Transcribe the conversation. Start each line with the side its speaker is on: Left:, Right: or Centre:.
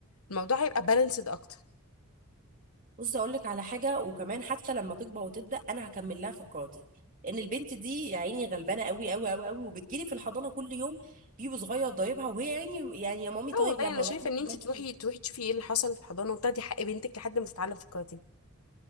Left: الموضوع هيبقى بالانسد اكتر
Right: بص اقول لك على حاجه وكمان حتى لما تكبر وتبدا انا هكمل لها في الكاراتيه لان البنت دي يا عيني غلبانه قوي قوي قوي قوي وبتجيلي في الحضانه كل يوم بيبو صغير ضايبها وهي يا عيني يعني يا مامي
Left: لا
Right: طيب
Left: والله
Right: لما
Left: انا
Right: اروح
Left: شايفه ان انت
Right: أعمل
Left: تروحي
Right: إيه؟
Left: تروحي تشوفي ايه اللي حصل في الحضانه وتاخدي حق بنتك لحد ما تتعلم في الكاراتيه